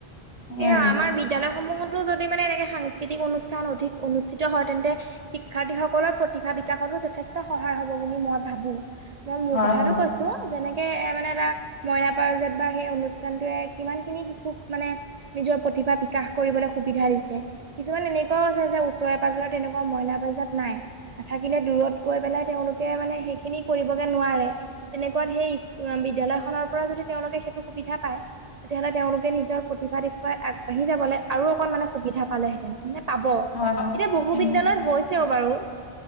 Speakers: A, on the left; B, on the right.
A: সেয়াই
B: সেইয়া
A: আৰু
B: আমাৰ বিদ্যালয় সমূহতো যদি মানে এনেকে সাংস্কৃতিক অনুষ্ঠান অধিক অনুষ্ঠিত হয় তেন্তে শিক্ষাৰ্থীসকলৰ প্ৰতিভা বিকাশতো যথেষ্ট সহায় হ'ব বুলি মই ভাবোঁ। মই মোৰ
A: হয়
B: কথাটো
A: হয়
B: কৈছোঁ যেনেকে এ, মানে এটা মইনা পাৰজাত বা সেই অনুষ্ঠানটে কিমান খিনি শিশুক মানে নিজৰ প্ৰতিভা বিকাশ কৰিবলৈ সুবিধা দিছে। কিছুমান এনেকুৱাও আছে যে ওচৰে পাজৰে তেনেকুৱা মইনা পাৰজাত নাই। নাথাকিলে দূৰত গৈ পেলাই তেওঁলোকে মানে সেইখিনি কৰিবগে নোৱাৰে। তেনেকুৱাত সেই বিদ্যালয়খনৰপৰা যদি তেওঁলোকে সেইটো সুবিধা পায় তেতিয়াহ'লে তেওঁলোকে নিজৰ প্ৰতিভা দেখুৱাই আগবাঢ়ি যাবলৈ আৰু অকণ মানে সুবিধা পালেহেঁতেন মানে পাব,
A: হয় হয়
B: এতিয়া বহু
A: উম
B: বিদ্যয়ালয়ত হৈছেও বাৰু।